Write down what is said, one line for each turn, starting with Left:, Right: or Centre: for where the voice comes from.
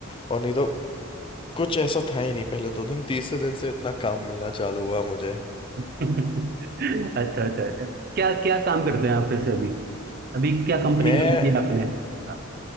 Left: और नहीं तो कुछ ऐसा था ही नहीं पहले दो दिन तीसरे दिन से इतना काम मिलना चालू हुआ मुझे
Right: <laughs> अच्छा अच्छा अच्छा क्या क्या काम करते हैं आप वैसे अभी अभी क्या कंपनी
Left: मैं
Right: ज्वाइन की है आपने हाँ